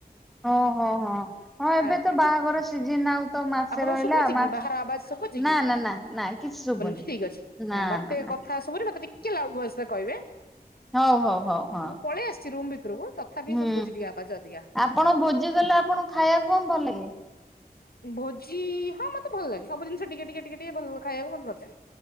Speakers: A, in the centre; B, on the left.
A: ଓ ହୋ ହୋ। ହଁ ଏବେ
B: ଆଜ୍ଞା
A: ତ ବାହାଘର ସିଜିନ ଆଉ ତ ମାସେ
B: ଆପଣଙ୍କୁ
A: ରହିଲା
B: ଶୁଭୁଛି କି
A: ମାସେ
B: ବାହାର ଆବାଜ ଶୁଭୁଛି କି?
A: ନା ନା ନା ନାଇଁ। କିଛି ଶୁଭୁନି
B: ଠିକ୍ ଅଛି।
A: ନା
B: ନାଇଁ ମତେ
A: ନା ନା।
B: କଥା ଶୁଭୁନି ମତେ ଟିକେ ଲାଉଡ ଭଏସରେ କହିବେ
A: ହଉ ହଉ ହଉ ହଁ
B: ମୁଁ ପଳେଇ ଆସିଛି ରୁମ ଭିତରକୁ ତଥାପି
A: ହୁଁ
B: ଶୁଭୁଛି ଟିକେ ଆବାଜ ଅଧିକା।
A: ଆପଣ ଭୋଜି ଦେଲେ ଆପଣଙ୍କୁ ଖାଇବାକୁ କଣ ଭଲ ଲାଗେ?
B: ଭୋଜି ହଁ ମତେ ଭଲ ଲାଗେ ସବୁ ଜିନିଷ ଟିକେ ଟିକେ ଟିକେ ଟିକେ ଭଲ ଖାଇବାକୁ ମତେ ଭଲ ଲାଗେ।